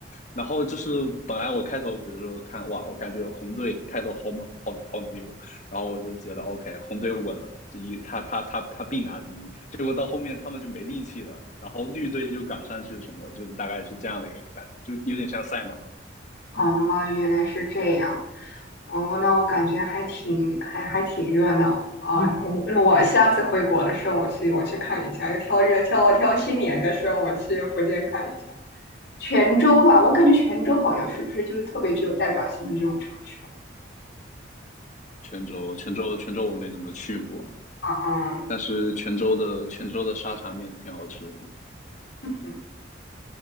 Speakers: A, on the left; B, on the left.
A: 然后就是本来我开头比如说看哇，我感觉红队开头好猛，好好牛，然后我就觉得 OK，红队稳了，第一他他他他必拿第一。结果到后面他们就没力气了，然后绿队就赶上去什么，就大概是这样的一个感觉，就有点像赛马。
B: 哦，原来是这样。哦，那我感觉还挺还还挺热闹的啊！我我下次回国的时候，我去我去看一下，要挑日挑挑新年的时候，我去福建看一下泉州吧。我感觉泉州好像是不是就是特别具有代表性的这种城市
A: 泉州，泉州，泉州我没怎么去过，
B: 啊？啊
A: 但是泉州的泉州的沙茶面挺好吃的，
B: 嗯，